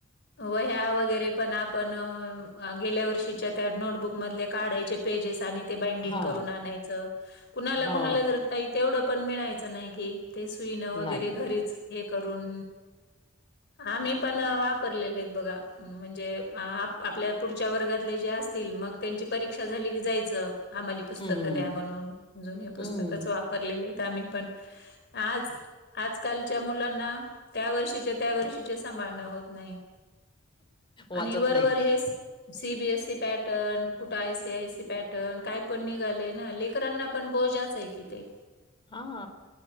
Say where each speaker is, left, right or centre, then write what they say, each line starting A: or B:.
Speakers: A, on the left; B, on the left.
A: वह्यां वगैरें पणं आपणं गेल्यां वर्षीच्या त्यां नोटबुंक मधले काढांयचे. पेजेस आणि ते वाइंडिंग
B: हा
A: करूंन आणांयच कुणांला
B: हा
A: कुणांला जरं. ताई तेवढं पणं मिळायचं नाहीं कि ते सुईन वगैरें
B: नाही
A: घरीचं हे करूंन. आम्हीं पणं वापरलेले आहेतं बघां. म्हणजे आपले आपल्यां पुढच्यां वर्गातले जे असतील मंग त्यांची परीक्षा झालीं की जायचं. आम्हांली पुस्तकं
B: हम्म
A: द्यां म्हणूंन जुनें हे पुस्तकाचं
B: हम्म
A: वापरलेले आहेतं आम्हीं पणं. आंज आंजकांलच्या मुलांना त्यां वर्षीच्यां त्यां वर्षी. जे सांभाळणं होतं नाहीं
B: वाचत
A: आणि वरंवरं
B: नाही
A: हेचं सीबीएससी पॅटर्न कुंठे आय सी आयसी पॅटर्न कायं पणं निघांलयना लेकरांना. पणं बोजांच आहे की ते.
B: हा